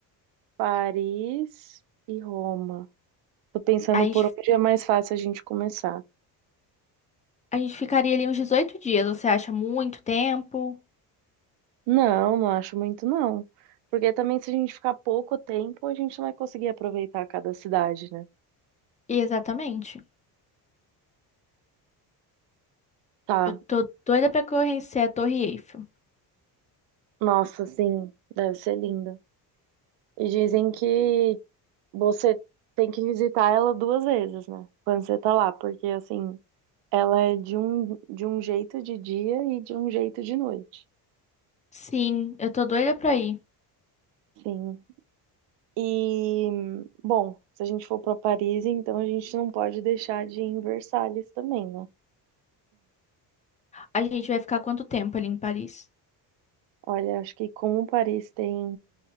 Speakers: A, on the right; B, on the left.
A: Paris e Roma. Tô pensando
B: A gente,
A: por onde é mais fácil a gente começar.
B: a gente ficaria ali uns 18 dias, você acha muito tempo?
A: Não, não acho muito, não. Porque também se a gente ficar pouco tempo, a gente não vai conseguir aproveitar cada cidade, né?
B: Exatamente.
A: Tá.
B: Eu tô doida pra conhecer a Torre Eiffel.
A: Nossa, sim, deve ser linda. E dizem que você tem que visitar ela duas vezes, né? Quando você tá lá, porque assim. Ela é de um, de um jeito de dia e de um jeito de noite.
B: Sim, eu tô doida pra ir.
A: Sim. E, bom, se a gente for para Paris, então a gente não pode deixar de ir em Versalhes também, né?
B: A gente vai ficar quanto tempo ali em Paris?
A: Olha, acho que como Paris tem